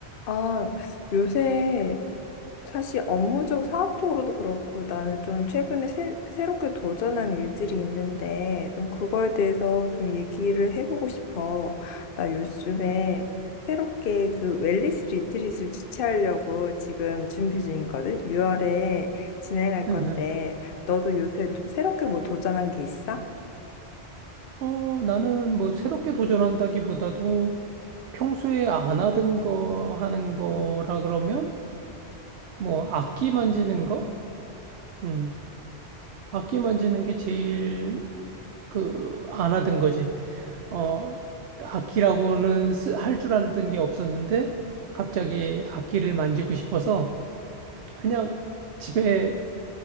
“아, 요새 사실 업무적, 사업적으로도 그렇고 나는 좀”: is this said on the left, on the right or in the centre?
Left